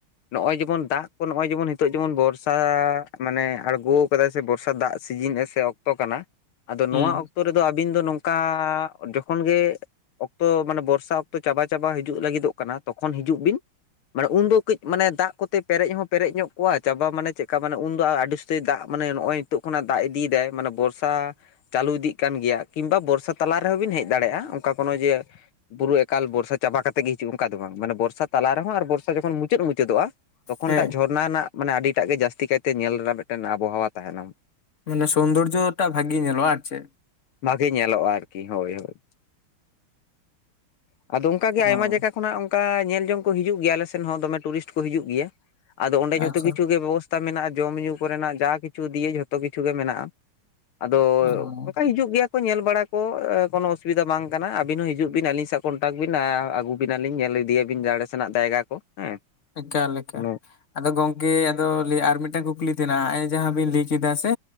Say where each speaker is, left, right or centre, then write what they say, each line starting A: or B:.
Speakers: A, on the left; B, on the left.
A: ᱱᱚᱸᱜᱼᱚᱭ ᱡᱮᱢᱚᱱ ᱫᱟᱜ ᱠᱚ ᱱᱚᱸᱜᱼᱚᱭ ᱡᱮᱢᱚᱱ ᱱᱤᱛᱚᱜ ᱡᱮᱢᱚᱱ ᱵᱚᱨᱥᱟ ᱢᱟᱱᱮ ᱟᱸᱬᱜᱳ ᱠᱟᱫᱟᱭ ᱥᱮ ᱵᱚᱨᱥᱟ ᱫᱟᱜ ᱥᱤᱡᱤᱱ ᱮ ᱥᱮ ᱚᱠᱛᱚ ᱠᱟᱱᱟ, ᱟᱫᱚ ᱱᱚᱣᱟ
B: ᱦᱩᱸ
A: ᱚᱠᱛᱚ ᱨᱮᱫᱚ ᱟᱹᱵᱤᱱ ᱫᱚ ᱱᱚᱝᱠᱟ ᱡᱚᱠᱷᱚᱱ ᱜᱮ ᱚᱠᱛᱚ ᱢᱟᱱᱮ ᱵᱚᱨᱥᱟ ᱚᱠᱛᱚ ᱪᱟᱵᱟ ᱪᱟᱵᱟ ᱦᱤᱡᱩᱜ ᱞᱟᱹᱜᱤᱫᱚᱜ ᱠᱟᱱᱟ ᱛᱚᱠᱷᱚᱱ ᱦᱤᱡᱩᱜ ᱵᱤᱱ, ᱢᱟᱱᱮ ᱩᱱᱫᱚ ᱠᱟᱹᱡ ᱢᱟᱱᱮ ᱫᱟᱜ ᱠᱚᱛᱮ ᱯᱮᱨᱮᱡ ᱦᱚᱸ ᱯᱮᱨᱮᱡ ᱧᱚᱜ ᱠᱚᱜ-ᱟ ᱪᱟᱵᱟ ᱢᱟᱱᱮ ᱪᱮᱫᱠᱟ ᱢᱟᱱᱮ ᱩᱱᱫᱚ ᱟᱹᱰᱤ ᱥᱮ ᱫᱟᱜ ᱢᱟᱱᱮ ᱱᱚᱸᱜᱼᱚᱭ ᱱᱤᱛᱚᱜ ᱤᱫᱤᱭᱫᱟᱭ ᱢᱟᱱᱮ ᱵᱚᱨᱥᱟ ᱪᱟᱹᱞᱩ ᱤᱫᱤᱜ ᱠᱟᱱ ᱜᱮᱭᱟ ᱠᱤᱱᱵᱟ ᱵᱚᱨᱥᱟ ᱛᱟᱞᱟ ᱨᱮᱦᱚᱸ ᱵᱤᱱ ᱦᱮᱡ ᱫᱟᱲᱮᱭᱟᱜᱼᱟ ᱚᱱᱠᱟ ᱠᱳᱱᱳ ᱡᱮ ᱵᱩᱨᱩ ᱮᱠᱟᱞ ᱵᱚᱨᱥᱟ ᱪᱟᱵᱟ ᱠᱟᱛᱮᱜ ᱜᱮ ᱦᱤᱡᱩᱜ ᱚᱱᱠᱟ ᱫᱚ ᱵᱟᱝ ᱢᱟᱱᱮ ᱵᱚᱨᱥᱟ ᱛᱟᱞᱟ ᱨᱮᱦᱚᱸ ᱟᱨ ᱵᱚᱨᱥᱟ ᱡᱚᱠᱷᱚᱱ ᱢᱩᱪᱟᱹᱫ ᱢᱩᱪᱟᱹᱫᱚᱜᱼᱟ ᱛᱚᱠᱷᱚᱱᱴᱟᱜ
B: ᱦᱮᱸ
A: ᱡᱷᱚᱨᱱᱟ ᱨᱮᱱᱟᱜ ᱢᱟᱱᱮ ᱟᱹᱰᱤᱴᱟᱜ ᱜᱮ ᱡᱟᱹᱥᱛᱤ ᱠᱟᱭᱛᱮ ᱧᱮᱞ ᱨᱮᱱᱟᱜ ᱢᱤᱫᱴᱮᱱ ᱟᱵᱚᱦᱟᱣᱟ ᱛᱟᱦᱮᱸᱱᱟ᱾
B: ᱢᱟᱱᱮ ᱥᱳᱱᱫᱚᱨᱡᱚ ᱴᱟ ᱵᱷᱟᱜᱤ ᱧᱮᱞᱚᱜᱼᱟ ᱟᱨ ᱪᱮᱜ?
A: ᱵᱷᱟᱜᱮ ᱧᱮᱞᱚᱜᱼᱟ ᱟᱨᱠᱤ ᱦᱳᱭ ᱦᱳᱭ᱾ ᱟᱫᱚ ᱚᱱᱠᱟᱜᱮ ᱟᱭᱢᱟ
B: ᱦᱳᱭ
A: ᱡᱟᱭᱜᱟ ᱠᱷᱚᱱᱟᱜ ᱚᱱᱠᱟ ᱧᱮᱞ ᱡᱚᱝ ᱠᱚ ᱦᱤᱡᱩᱜ ᱜᱮᱭᱟ ᱟᱞᱮ ᱥᱮᱱ ᱦᱚᱸ ᱫᱚᱢᱮ ᱴᱩᱨᱤᱥᱴ ᱠᱚ ᱦᱤᱡᱩᱜ ᱜᱮᱭᱟ᱾ ᱟᱫᱚ ᱚᱸᱰᱮ ᱡᱷᱚᱛᱚ
B: ᱟᱪᱪᱷᱟ
A: ᱠᱤᱪᱷᱩ ᱜᱮ ᱵᱮᱵᱚᱥᱛᱟ ᱢᱮᱱᱟᱜᱼᱟ ᱡᱚᱢᱼᱧᱩ ᱠᱚᱨᱮᱱᱟᱜ ᱡᱟ ᱠᱤᱪᱷᱩ ᱫᱤᱭᱮ ᱡᱷᱚᱛᱚ ᱠᱤᱪᱷᱩ ᱜᱮ ᱢᱮᱱᱟᱜᱼᱟ᱾ ᱟᱫᱚ
B: ᱚ
A: ᱚᱱᱠᱟ ᱦᱤᱡᱩᱜ ᱜᱮᱭᱟ ᱠᱚ ᱧᱮᱞ ᱵᱟᱲᱟ ᱠᱚ ᱠᱳᱱᱳ ᱚᱥᱩᱵᱤᱫᱟ ᱵᱟᱝ ᱠᱟᱱᱟ ᱟᱹᱵᱤᱱ ᱦᱚᱸ ᱦᱤᱡᱩᱜ ᱵᱤᱱ ᱟᱹᱞᱤᱧ ᱥᱟᱣ ᱠᱚᱱᱴᱟᱠ ᱵᱤᱱ ᱟᱹᱜᱩ ᱵᱤᱱᱟᱞᱤᱧ ᱧᱮᱞ ᱤᱫᱤᱭᱟᱵᱤᱱ ᱡᱟᱲᱮ ᱥᱮᱱᱟᱜ ᱡᱟᱭᱜᱟ ᱠᱚ ᱦᱮᱸ᱾
B: ᱮᱠᱟᱞ ᱮᱠᱟᱞ᱾
A: ᱠᱳᱱᱳ
B: ᱟᱫᱚ ᱜᱚᱝᱠᱮ ᱟᱫᱚ ᱞᱟᱹᱭ ᱟᱨ ᱢᱤᱫᱴᱟᱝ ᱠᱩᱠᱞᱤ ᱛᱮᱱᱟ ᱟᱜ ᱮ ᱡᱟᱦᱟᱸ ᱵᱤᱱ ᱞᱟᱹᱭ ᱠᱮᱫᱟ ᱥᱮ